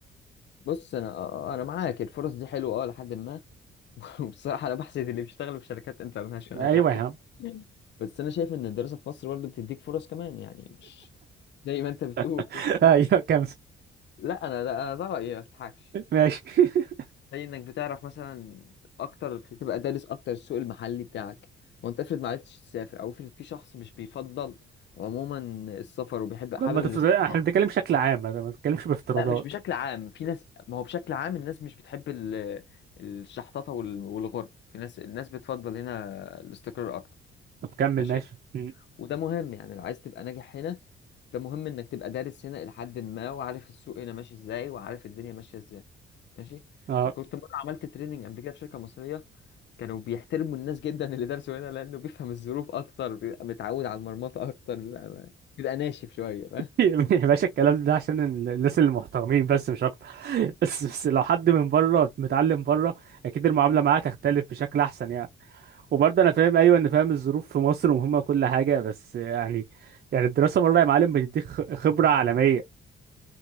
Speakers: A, on the left; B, on the right.
A: بص انا آه، آه، انا معاك الفرص دي حلوه اه لحد ما <laughs> وبصراحه انا بحسد اللي بيشتغلوا في شركات انترناشونال
B: ايوه
A: <laughs> يعني
B: يا عم
A: بس انا شايف ان الدراسه في مصر برضه بتديك فرص كمان يعني مش زي ما انت بتقول
B: <laughs> ايوه كمل
A: لا انا لا انا ده رايي ما بضحكش
B: ماشي <laughs>
A: زي انك بتعرف مثلا اكتر بتبقى دارس اكتر السوق المحلي بتاعك ما انت افرض ما عرفتش تسافر او افرض في شخص مش بيفضل عموما السفر وبيحب حابب
B: ما تفترض
A: الاستقرار
B: احنا بنتكلم بشكل عام ما ما بنتكلمش بافتراضات
A: لا مش بشكل عام في ناس ما هو بشكل عام الناس مش بتحب ال- الشحططة وال- والغرب في ناس الناس بتفضل هنا الاستقرار اكتر
B: طب كمل
A: ماشي
B: ماشي م.
A: وده مهم يعني لو عايز تبقى ناجح هنا ده مهم انك تبقى دارس هنا الى حد ما وعارف السوق هنا ماشي ازاي وعارف الدنيا ماشية ازاي ماشي
B: اه
A: كنت مرة عملت تريننج قبل كده في شركة مصرية كانوا بيحترموا الناس جدا اللي درسوا هنا لانه بيفهم الظروف اكتر بيبقى متعود على المرمطة اكتر بيبقى بيبقى ناشف شوية
B: <laughs> يا باشا الكلام ده عشان ال- الناس اللي محترمين بس مش اكتر <laughs> بس, بس لو حد من بره متعلم بره اكيد المعامله معاه تختلف بشكل احسن يعني وبرضه انا فاهم ايوه ان فاهم الظروف في مصر مهمه كل حاجه بس يعني يعني الدراسه بره يا معلم بتديك خ- خبره عالميه